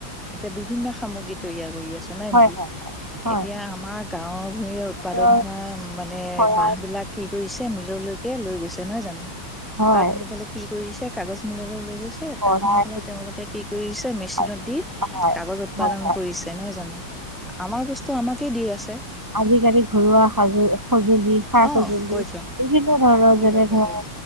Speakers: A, in the centre; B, on the right (about 15°).
A: এতিয়া বিভিন্ন সামগ্ৰী তৈয়াৰ কৰি নাই
B: হয়
A: নেকি?
B: হয়
A: এতিয়া আমাৰ <unintelligible> ভুঁইয়ে উৎপাদন
B: হয় হয়
A: হোৱা মানে
B: হয়
A: বাঁহ বিলাক কি কৰিছে মিললৈকে লৈ গৈছে নহয় জানো?
B: হয়
A: তাত নি পেলাই কি কৰিছে কাগজ মিললৈ লৈ গৈছে
B: শৰাই
A: তাত নি পেলাই তেওঁলোকে কি কৰিছে মেচিনত
B: হয়
A: দি
B: হয়
A: কাগজ উৎপাদন
B: হয় হয়
A: কৰিছে নহয় জানো? আমাৰ বস্তু আমাকেই দি আছে।
B: আজি আজিকালি ঘৰুৱা সজ সঁজুলি সা
A: অ
B: সজুঁলি
A: কৈ যোৱা
B: বিভিন্ন ধৰণৰ
A: কৈ
B: যেনে,
A: যোৱা কৈ
B: ধৰা
A: যোৱা